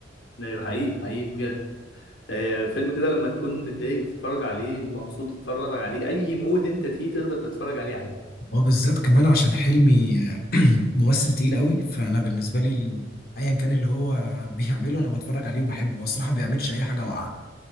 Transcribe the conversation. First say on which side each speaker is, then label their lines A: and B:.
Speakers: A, on the left; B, on the left.
A: لا، حقيقي حقيقي بجد آه فيلم كده لما تكون متضايق تتفرج عليه مبسوط تتفرج عليه اي مود انت فيه تقدر تتفرج عليه عادي
B: هو بالذات كمان عشان حلمي <clears throat> ممثل تقيل قوي فانا بالنسبه لي ال- ايا كان اللي هو بيعمله انا بتفرج عليه وبحبه هو الصراحه ما بيعملش اي حاجه واقعه